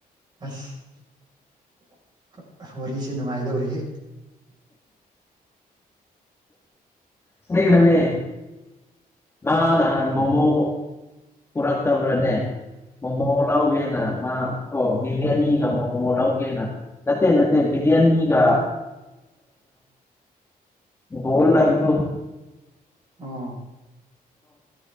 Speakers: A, on the right (about 30°); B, on the left (about 15°).
A: ꯑꯁ ꯋꯥꯔꯤꯁꯦ ꯅꯨꯡꯉꯥꯏꯗꯧꯔꯤꯍꯦ ꯎ
B: ꯁꯤꯩ ꯍꯅꯦ ꯅꯍꯥꯟ ꯅꯍꯥꯟ ꯃꯣꯃꯣ ꯄꯨꯔꯛꯇꯕꯂꯅꯦ ꯃꯣꯃꯣ ꯂꯎꯒꯦꯅ ꯃꯥ ꯑꯣ ꯕꯤꯔꯌꯥꯅꯤꯒ ꯃꯣꯃꯣꯣ ꯂꯥꯎꯒꯦ ꯅꯠꯇꯦ ꯅꯅꯥꯠꯇꯌꯥ ꯕꯤꯔꯌꯥꯅꯤꯒ ꯀ ꯣꯜꯅ ꯏꯗꯨ
A: ꯑ